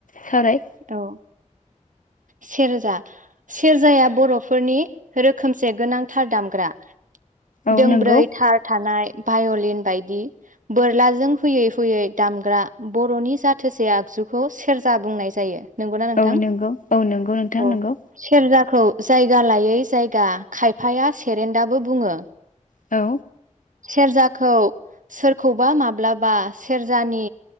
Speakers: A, on the left; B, on the right.
A: सावराय
B: औ। सेरजा सेरजाया बर'फोरनि रोखोम खोमसे गोनांथार दामग्रा
A: औ
B: दोंब्रै
A: नंगौ
B: थार थानाय भाय'लिन बायदि बोरलाजों हुयै हुयै दामग्रा बर'नि जाथोसे आगजुखौ सेरजा बुंनाय जायो। नंगौना नोंथां
A: औ नंगौ औ नंगौ नोंथां
B: औ
A: नंगौ
B: सेरजाखौ जायगा लायै जायगा गा खायफाया सेरेन्डाबो बुङो।
A: औ
B: सेरजाखौ सोरखौबा माब्लाबा सेरजानि